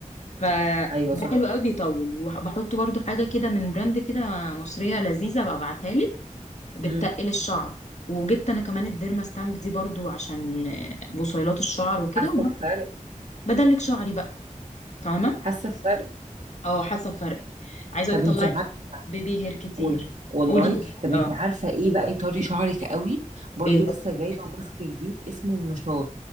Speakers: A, on the left; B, on the right.
A: ف
B: ايوه
A: ده
B: صح
A: حلو قوي بيطول وبحط برضو حاجه كده من براند كده مصريه لذيذه ببعتها لك بتتقل
B: مم.
A: الشعر وجبت انا كمان الديرما ستامب دي برضو عشان بصيلات الشعر وكده
B: حاسه بفرق
A: وبدلك شعري بقى فاهمه
B: حاسه بفرق
A: اه حاسه بفرق عايزه اقولك
B: طب انت
A: طلعت
B: عارفه
A: بيبي هير كتير
B: قول. والله
A: قولي لي
B: طب انت
A: اه
B: عارفه ايه بقى يطري شعرك قوي برضو
A: ايه
B: لسه جايبه ماسك جديد اسمه مشاط